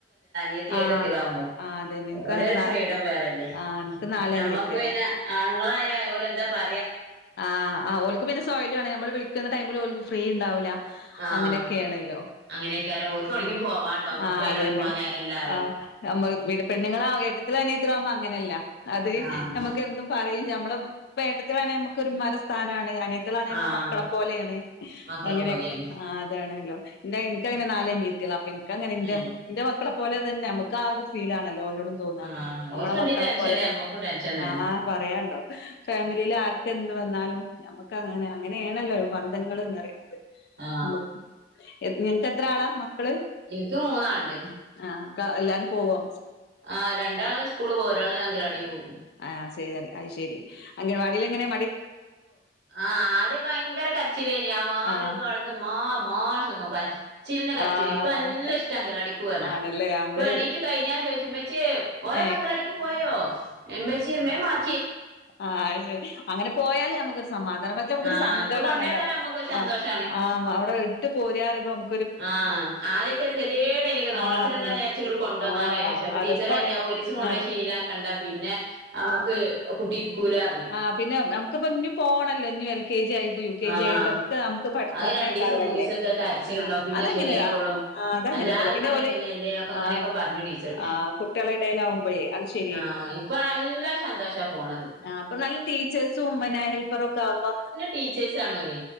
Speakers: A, on the right; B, on the left.
A: നിയത്തി
B: ആ
A: ഏട്ടത്തിയാവുമ്പോ
B: ആ അതന്നെ എനിക്ക്
A: ഓലൊരു
B: അങ്ങനെ നാ
A: ഫ്രീഡം വേറെന്നെ
B: ആ എനിക്ക് നാലനിയത്തികളാ
A: നമ്മക്ക് പിന്നെ ആണ്ങ്ങളെയെ ഒ രന്താ പാ
B: ആ ഓല്ക്ക് പിന്നെ സോല്യണ നമ്മള് വിളിക്കുന്ന ടൈമിൽ ഓല്ക്ക് ഫ്രീ ഉണ്ടാവൂല്ല
A: ആഹ്
B: അങ്ങനെയൊക്കെയാണല്ലോ
A: അങ്ങനെയൊക്കാരം ഓൽക്ക് എവിടേക്കും
B: ആ
A: പോവാണ്ടാവും
B: ആ
A: ഇപ്പ അയിനാണ്
B: അതന്നെ
A: പോവാൻ നേരല്ലാ പറയും
B: ആ നമ്മ പി പണ്ണുങ്ങളാ ഏട്ടത്തിയാള് അനിയത്തിയാള് ആവ്പോ അങ്ങനെയല്ല അത്
A: ആഹ്
B: നമ്മുക്ക എന്തും പറയും നമ്മള പേട്ടത്തിലാണെ കുമ്മാര സ്ഥാനണ് അനിയത്താണ് നമ്മെ
A: ആഹ്
B: മക്കളെ പോലെയാണ്
A: മക്കളെ
B: അങ്ങന
A: പോലെയാണ്
B: ആ അതാണല്ലോ എന്താനങ്ങനെ നാല അങ്ങനെന്റെ
A: ഏഹ്
B: നെന്റെ മക്കളെ പോലെ തന്നെ നമുക്ക് ആ ഒരു ഫീല നലോലോടും തോന്ന
A: ആഹ്
B: നമ്മളെ
A: ഓൽക്ക് എന്തേലും
B: മക്കളെ
A: ടെൻഷൻണ്ടേ
B: പോലെ തന്നെ
A: നമ്മക്കും ടെൻഷൻ തന്നെ
B: ആഹ് പറയണ്ടോ ഫാമിലിൽ ആർക്ക എന്ത് വന്നാലും നമുക്ക് അങ്ങനെ അങ്ങനെയാണല്ലോ ബന്ധങ്ങൾ എന്ന് പറയുന്നത്
A: ആ
B: നമുക്ക് നിങ്ങക്ക് എത്ര ആളാ മക്കള്
A: എനിക്ക് മൂന്നാളുണ്ട്
B: ആഹ് എല്ലാരും പോകും
A: ആ രണ്ടാള് സ്കൂള് പോ ഒരാള് അങ്കിലാടി പോകും
B: ആഹ് ശ അത് ശരി അങ്ങനെവാടിൽങ്ങനെ
A: ആഹ് ആദ്യൊക്കെ ഭയങ്കര കരച്ചില്ലേനി ആ വാതിലൊക്കെ
B: ആഹ്
A: കടന്ന് മാ മാ <unintelligible> ചില്നെ കരച്ചില്
B: ആഹ്
A: ഇപ്പൊ നല്ല ഇഷ്ടങ്കോ അങ്കലവാടിക് പോവന്ന്
B: ആണല്ലേ അന്ന്
A: ഇപ്പൊ എണീറ്റ് കഴിഞ്ഞാ ചോയിച്ചും ച്ചി ഓരോക്ക
B: ഏഹ്
A: ങ്കലാടിക്ക് പോയോ എമ്മച്ച മേം മാറ്റി
B: ആ അ അങ്ങനെ പോയാല് നമുക്ക് സമാധാനം മറ്റേ നമുക്കൊരു
A: ആഹ്
B: സങ്കടമാണല്ലോ
A: ഇപ്പൊ കൊണ്ടേക്കാൻ അമ്മക്കൊരു
B: ആ
A: സന്തോഷാണ്
B: ആ അവിടെ ഇട്ട് പോരാറുമ്പുക്
A: ആഹ് ആദ്യൊക്കെ ഒരു കെ തിയേടായിനിക്ക് നോളച്ച
B: ആഹ് അതന്നെ
A: രണ്ടോ വിചാരിച്ച കുപ്പുണ്ടോ
B: ആഹ്
A: നാലോ വിചാരിച്ചോ അപ്പൊ
B: അതെ
A: ടീച്ചർ
B: കൊ
A: പറിയും ഒരീസം കൊണ്ട്
B: അതെ
A: പോയി ശീലക്കണ്ട പിന്നെ നമുക്ക് കുട്ടി ഇരിക്കൂലാ പറഞ്ഞ്
B: ആ പിന്നെ നമുക്കിപ്പൊ ഇഞ്ഞു പോണല്ലോ <unintelligible> കെ ജി ആയിട്ടു യു കെ
A: ആഹ്
B: ജി ആയിട്ടും ഒക്കെ നമുക്ക്
A: അത്
B: പറഞ്ഞേക്കാള്ളല്ലേ
A: രണ്ടീസം മൂന്നീസൊക്കെ കരച്ചിലുണ്ടാവും
B: ആ
A: പിന്നെ
B: അതങ്ങനെയ
A: ശരിയായിക്കോളും
B: ആ അത അങ്ങനെ
A: എല്ലാരും
B: തന്നെ പിന്നെ
A: ഇങ്ങനെയൊക്കെന്നെയല്ലേ
B: ഒരു
A: ഒക്കെ അങ്ങനെയൊക്കെ
B: ആ
A: പറഞ്ഞു ടീച്ചർ
B: ആ കുട്ടികളടേൽ ആവു മ്പോഴേ അത് ശരി
A: ആ ഇപ്പ നല്ല സന്തോഷാ പോണത്
B: ആ അപ്പൊ നല്ല ടീച്ചേഴ്സും പിന്നെ ഹെൽപ്പറും ഒക്കെ ആകുമ്പോ
A: ടീച്ചേഴസ് ആണലെ